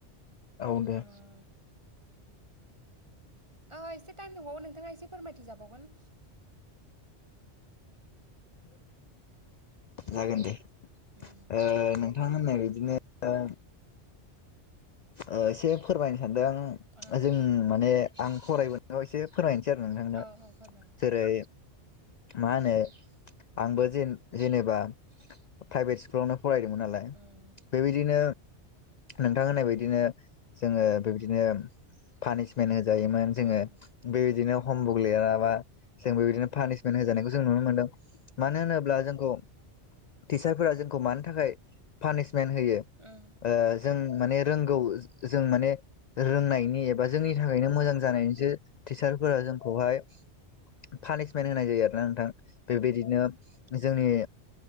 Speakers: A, on the left (about 55°); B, on the right (about 25°).
A: औ दे
B: ओ। ओ एसे टाइम दंबावो नोंथाङा एसे फोरमायथिजाबावगोन।
A: जागोनदे।
B: उम।
A: ओ नोंथाङा होननाय बायदिनो दा ओ एसे फोरमायनो सानदों
B: ओ
A: आं जों माने आं फरायबोना एसे फोरमायनोसै आरो नोंथांनो
B: औ औ फोरमाय
A: जेरै मा होनो आंबो जेन जेनेबा प्राइभेट स्कुलावनो फरायदोंमोन नालाय
B: ओम।
A: बेबायदिनो नोंथां होननाय बायदिनो जोङो बेबायदिनो पानिसमेन्ट होजायोमोन जोङो
B: उम
A: बेबायदिनो हमबुक लिराबा जों बेबायदिनो पानिसमेन्ट होजानायखौ जों नुनो मोन्दों मानो होनोब्ला जोंखौ टिचारफोरा जोंखौ मानि थाखाय पानिसमेन्ट होयो
B: ओम।
A: ओ जों माने रोंगौ जों माने रोंनायनि एबा जोंनि थाखायनो मोजां जानायनिसो टिचारफोरा जोंखौहाय पानिसमेन्ट होनाय जायो आरोना नोंथां बेबायदिनो जोंनि